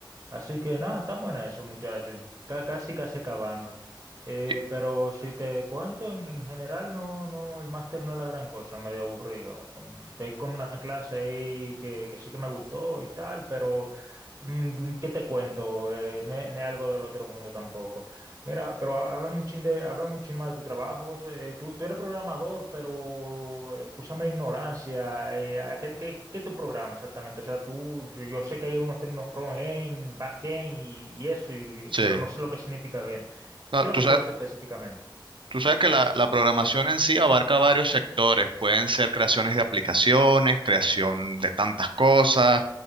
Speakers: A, on the right; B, on the right.
A: Así que nada, estamos en eso, muchachos. Está casi, casi acabando. Eh,
B: y-
A: pero si te cuento, en, en general no, no, el máster no es la gran cosa, medio aburrido. Mm, Estoy con una clase ahí que, que sí que me gustó y tal, pero mm, ¿qué te cuento? Eh, no es, no es algo del otro mundo tampoco. Mira, pero ha- háblame un chin de, háblame un chin más de tu trabajo. José. Eh, tú, tú eres programador, pero eh, úsame ignorancia. eh, ¿a ¿qué, qué, qué tu programa exactamente? O sea, tú, yo, yo sé que hay unos términos front-end, back-end y, y eso, y-
B: sí.
A: pero no sé lo que significa
B: No,
A: ¿Qué
B: tú
A: es lo que
B: sabes,
A: tú haces específicamente?
B: tú sabes que la, la programación en sí abarca varios sectores. Pueden ser creaciones de aplicaciones, creación de tantas cosas,